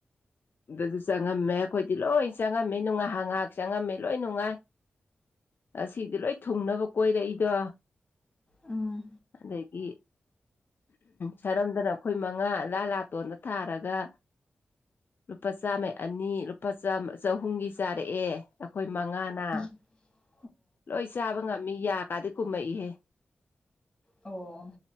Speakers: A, on the left; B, on the left.
A: ꯑꯗꯨꯁꯨ ꯆꯪꯉꯝꯃꯦ ꯑꯩꯈꯣꯏꯗꯤ ꯂꯣꯏ ꯆꯪꯉꯝꯃꯤ ꯅꯨꯡ ꯉꯥꯏꯍꯥꯛ ꯉꯥꯏꯍꯥꯛ ꯆꯪꯉꯝꯃꯤ ꯂꯣꯏ ꯅꯨꯡꯉꯥꯏ ꯑꯁꯤꯗꯤ ꯂꯣꯏ ꯊꯨꯡꯅꯕ ꯀꯣꯏꯔꯛꯏꯗꯣ
B: ꯎꯝ
A: ꯑꯗꯩꯒꯤ ꯁꯔꯝꯗꯅ ꯑꯩꯈꯣꯏ ꯃꯉꯥ ꯂꯥ ꯂꯥꯇꯣꯟꯗ ꯊꯥꯔꯒ ꯂꯨꯄꯥ ꯆꯥꯝꯃꯩ ꯑꯅꯤ ꯂꯨꯄꯥ ꯆꯝꯃꯥꯥ ꯆꯍꯨꯝꯒꯤ ꯆꯥꯔꯛꯑꯦ ꯑꯩꯈꯣꯏ ꯃꯉꯥꯅ
B: <inaudible>
A: ꯂꯣꯏ ꯆꯥꯕ ꯉꯝꯃꯤ ꯌꯥ ꯀꯥꯗꯤ ꯀꯨꯝꯃꯛꯏꯍꯦ
B: ꯑꯧꯑꫭ